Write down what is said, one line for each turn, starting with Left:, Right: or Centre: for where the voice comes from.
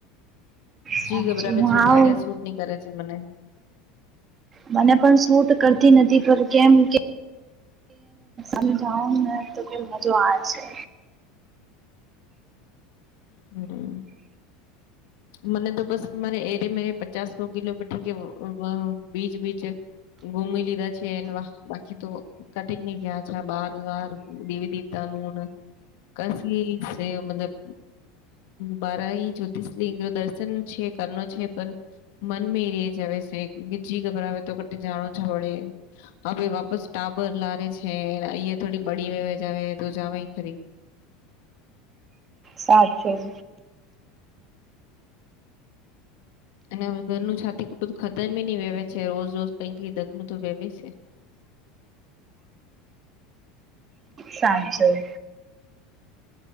Left: જી
Right: સાચું
Left: ગભરાવે છે
Right: હા
Left: ગાડિયા સુટ નહી કરે છે મને.
Right: મને પણ સૂટ કરતી નથી પર કેમ કે. <unintelligible> મજો આવે છે.
Left: હમ્મ. મને તો બસ મારે એરે મેરે પચાસ નો કિલોમીટર કે બીચ બીચ. ઘુમી લીધા છે એને બાકી તો કટી ગયા છે બાર વાર દ પિતાનું કસી મતલબ બારાહી જ્યોતિષલિંગ દર્શન છે કરનો છે પર મન મે એરી જ આવે છે. જી ગબરાવે તો કટ જાણો છ વળે. હ ભ વાપસ ટાબર લારે છે અહીંયા થોડી બડી‌ વેવાજ આવે તો જવાય ખરી.
Right: સાચું.
Left: અને ઘરનું છાતી કુટું ખતમ ન વેવે છે રોજ રોજ કઈ કઈ દખલું તો વહેવે છે.
Right: સાચું.